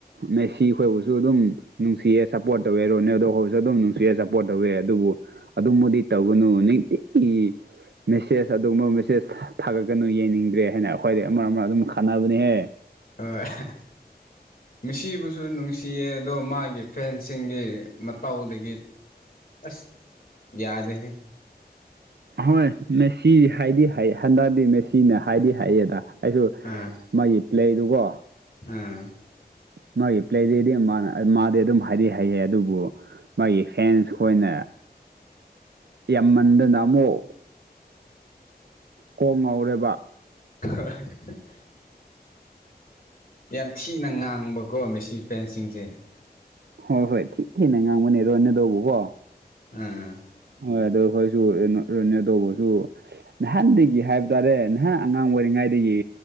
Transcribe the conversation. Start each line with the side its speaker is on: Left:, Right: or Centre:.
Right: ꯃꯦꯁꯤ ꯈꯣꯏꯕꯨꯁꯨ ꯑꯗꯨꯝ ꯅꯨꯡꯁꯤꯌꯦ ꯁꯄꯣꯔꯠ ꯇꯧꯋꯦ ꯔꯣꯅꯦꯜꯗꯣ ꯍꯣꯏꯁꯨ ꯑꯗꯨꯝ ꯅꯨꯡꯁꯤꯌꯦ ꯁꯞꯄꯣꯔꯠ ꯇꯧꯋꯦ ꯑꯗꯨꯕꯨ ꯑꯗꯨꯝꯕꯨꯗꯤ ꯇꯧꯒꯅꯨ ꯅꯤꯡꯇꯤꯒꯤ ꯃꯦꯁꯦꯖ ꯑꯗꯨꯒꯨꯝꯕ ꯆꯦꯁ ꯊꯥꯒꯠꯀꯅꯨ ꯌꯦꯡꯅꯤꯡꯗ꯭ꯔꯦ ꯍꯥꯏꯅ ꯑꯈꯣꯏꯗꯤ ꯑꯃ ꯑꯃ ꯑꯗꯨꯝ ꯈꯟꯅꯕꯅꯦꯍꯦ
Left: ꯑꯣꯢ ꯑꯍꯥ ꯃꯦꯁꯤꯕꯨꯁꯨ ꯅꯨꯡꯁꯤꯌꯦ ꯑꯗꯣ ꯃꯥꯒꯤ ꯐꯦꯟꯁꯤꯡꯒꯤ ꯃꯇꯧꯗꯒꯤ ꯑꯁ ꯌꯥꯗꯦꯍꯦ
Right: ꯍꯣꯏ ꯃꯦꯁꯤ ꯍꯥꯏꯗꯤ ꯍꯩ ꯍꯟꯗꯛꯇꯤ ꯃꯦꯁꯤꯅ ꯍꯥꯏꯗꯤ ꯍꯥꯏꯌꯦꯗ ꯑꯩꯁꯨ
Left: ꯑꯥ <unintelligible>
Right: ꯃꯥꯒꯤ ꯄ꯭ꯂꯦꯗꯨꯒꯣ
Left: ꯑꯝ
Right: ꯃꯥꯒꯤ ꯄ꯭ꯂꯦꯗꯦꯗꯤ ꯃꯥꯅ ꯃꯥꯗꯤ ꯑꯗꯨꯝ ꯍꯥꯏꯗꯤ ꯍꯩꯌꯦ ꯑꯗꯨꯕꯨ ꯃꯥꯒꯤ ꯐꯦꯟꯁ ꯈꯣꯏꯅ ꯌꯥꯝꯃꯟꯗꯅ ꯑꯃꯨꯛ ꯀꯣꯛ ꯉꯧꯔꯦꯕ
Left: ꯍ <inaudible> ꯌꯥꯝ ꯊꯤꯅ ꯉꯥꯡꯕꯀꯣ ꯃꯦꯁꯤ ꯐꯦꯟꯁꯤꯡꯁꯦ
Right: ꯍꯣꯏ ꯍꯣꯏ ꯊꯤ ꯊꯤꯅ ꯉꯥꯡꯕꯅꯦꯔꯣꯅꯦ ꯇꯧꯕꯀꯣ
Left: ꯑꯥ
Right: ꯍꯣꯏ ꯑꯗꯨ ꯑꯩꯈꯣꯏꯁꯨ ꯔꯅꯤꯌꯣ ꯇꯧꯕꯁꯨ ꯅꯍꯥꯟꯗꯒꯤ ꯍꯥꯏꯕ ꯇꯥꯔꯦ ꯅꯍꯥꯟ ꯑꯉꯥꯡ ꯑꯣꯏꯔꯤꯉꯩꯗꯒꯤ